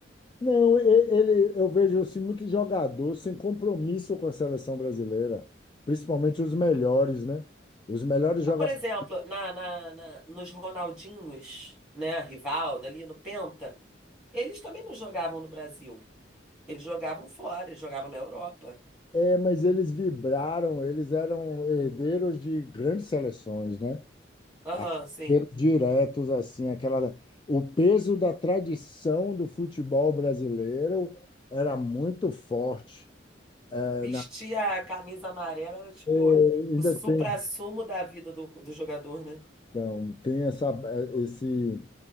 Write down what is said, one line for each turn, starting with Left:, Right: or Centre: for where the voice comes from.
Left: Não, e- ele, eu vejo assim, muito jogador sem compromisso com a seleção brasileira, principalmente os melhores, né? Os melhores
Centre: Mas,
Left: jogadores.
Centre: por exemplo, na, na, na- nos Ronaldinhos, né? Rivaldo ali no Penta, eles também não jogavam no Brasil. Eles jogavam fora, eles jogavam na Europa.
Left: É, mas eles vibraram, eles eram herdeiros de grandes seleções, né?
Centre: Aham,
Left: Ah,
Centre: sim.
Left: Herdeiros Diretos, assim, aquela. O peso da tradição do futebol brasileiro era muito forte. É,
Centre: Vestir a camisa amarela era tipo
Left: ainda
Centre: o suprassumo
Left: tem,
Centre: da vida do, do jogador, né?
Left: então, tem essa, é, esse